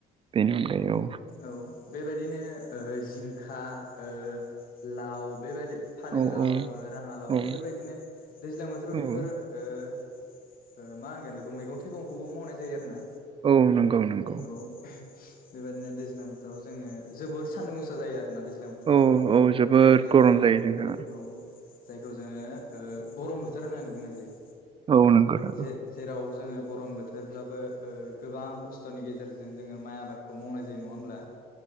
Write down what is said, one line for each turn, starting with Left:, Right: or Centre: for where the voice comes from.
Right: बेनि अनगायै औ।
Left: औ बेबायाददिनो ओ जिंखा ओ लाव बेबायादि फानिलाव
Right: औ औ
Left: राङालाव
Right: औ
Left: बेफोरबायदिनो दैज्लां बोथोराव
Right: औ
Left: बेफोर ओ ओ मा होनगोन बेखौ मैगं थाइगंखौबो मावनाय जायो आरो ना।
Right: औ नंगौ नंगौ
Left: औ। बेबायदिनो दैज्लां बोथोराव जोङो जोबोर सान्दुं गोसा जायो आरो। ना दैज्लां बोथोराव
Right: औ औ जोबोद
Left: जायखौ जोङो
Right: गरम जायो जोंहा
Left: औ। जायखौ जोङो ओ गरम बोथोर होननानै बुंनाय जायो।
Right: औ नंगौ नंगौ
Left: जे जेराव जों गरम बोथोर बोथोरब्लाबो ओ गोबां खस्थ'नि गेजेरजों जोङो माइ आबादखौ मावनाय जायो नङा होमब्ला।